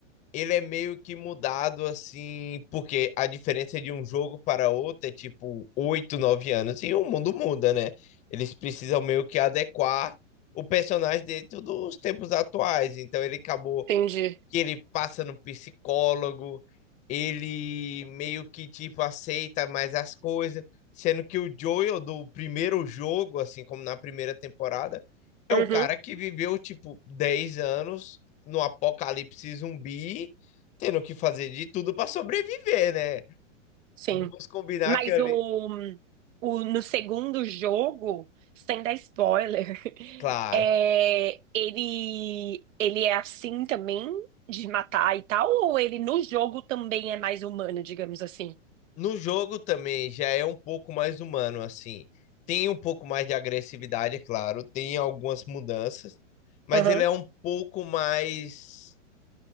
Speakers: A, on the left; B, on the right.
A: ele é meio que mudado assim, porque a diferença de um jogo para outro é tipo 8 9 anos e o mundo muda, né? Eles precisam meio que adequar o personagem dentro dos tempos atuais. Então ele acabou
B: entendi.
A: que ele passa no psicólogo, ele meio que tipo aceita mais as coisas, sendo que o Joel do primeiro jogo, assim como na primeira temporada, é
B: Uhum,
A: um cara que viveu tipo 10 anos no apocalipse zumbi, tendo que fazer de tudo para sobreviver, né?
B: sim.
A: Vamos combinar
B: Mas
A: que ali,
B: o, o, no segundo jogo, sem dar spoiler, <laughs>
A: claro.
B: é, ele, ele é assim também, de matar e tal, ou ele no jogo também é mais humano, digamos assim?
A: no jogo também já é um pouco mais humano, assim. Tem um pouco mais de agressividade, é claro, tem algumas mudanças, mas
B: Aham.
A: ele é um pouco mais